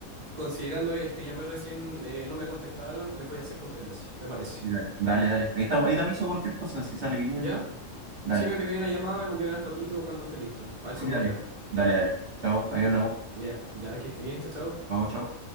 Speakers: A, on the right; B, on the right.
A: considerando el que llamé recién eh, no me contestaron, les voy a hacer competencia, me parece.
B: sí, dale, dale, dale. Ahí estamos, ahí te aviso cualquier cosa, si sale bien,
A: Ya,
B: dale.
A: sí me pegué una llamada, me mandé una fotito cuando esté listo. A ver
B: Sí,
A: cómo
B: dale.
A: queda.
B: Dale, dale. Chao, ahí hablamos.
A: Ya, ya que esté bien, chao, chao.
B: Chao, chao.